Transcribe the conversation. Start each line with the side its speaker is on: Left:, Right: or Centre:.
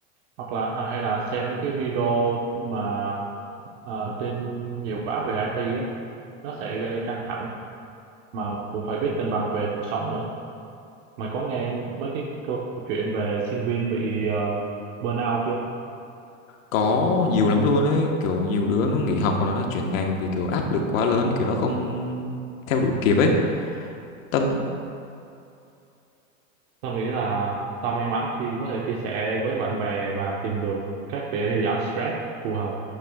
Right: hoặc là à, hay là xem mấy cái video mà à, trên nhiều khóa về IT á nó sẽ gây căng thẳng mà cũng phải biết cân bằng về cuộc sống nữa mà có nghe mấy cái câu chuyện về sinh viên bị ờ, burnout chưa
Left: có nhiều lắm luôn ấy kiểu nhiều đứa nó nghỉ học hoặc là nó chuyển ngành vì kiểu áp lực quá lớn kiểu nó không theo đuổi kịp ấy tâm
Right: tao nghĩ là tao may mắn khi có thể chia sẻ với bạn bè và tìm được cách để giảm stress phù hợp